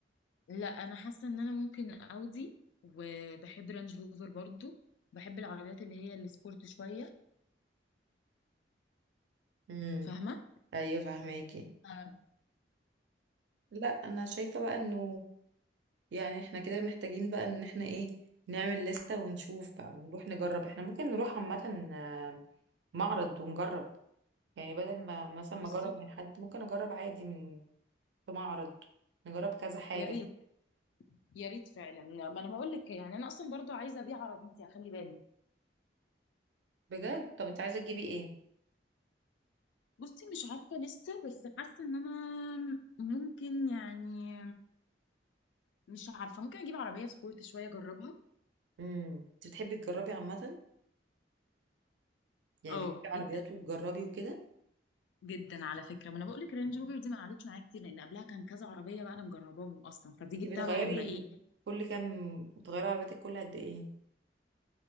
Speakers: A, on the left; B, on the right.
A: لا انا حاسة ان انا ممكن اودي وبحب رانج روفر برضو بحب العربيات اللي هي السبورت شوية
B: امم
A: فاهمة
B: ايوه فهماكي
A: آه.
B: لا انا شايفه بقى انه يعني احنا كده محتاجين بقى ان احنا ايه نعمل لستة ونشوف بقى نروح نجرب احنا ممكن نروح عامه آه، معرض ونجرب يعني بدل ما مثلا ما
A: بالظبط
B: اجرب من حد ممكن اجرب عادي من في معرض نجرب كذا حاجة
A: يا ريت يا ريت فعلا لا، ما انا بقول لك يعني انا اصلا برضو عايزه ابيع عربيتي خلي بالك
B: بجد طب انت عايزة تجيبي ايه
A: بصي مش عارفه لسه بس حاسه ان انا ممكن يعني مش عارفه ممكن اجيب عربيه سبورت شويه اجربها
B: امم انت بتحبي تجربي عامة يعني
A: اه
B: بتجيبي عربيات
A: جدا
B: وتجربي وكده
A: جدا على فكره ما انا بقول لك رينج روفر دي ما قعدتش معايا كتير لان قبلها كان كذا عربيه بقى انا مجرباهم اصلا فدي
B: انت
A: جبتها
B: بتغيري
A: بقى لما ايه
B: كل كام بتغيري عربيتك كل قد ايه